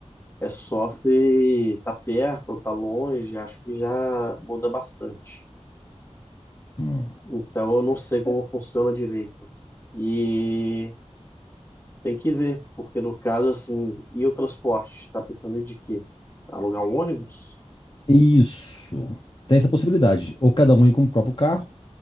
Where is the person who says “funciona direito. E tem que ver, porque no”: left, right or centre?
Left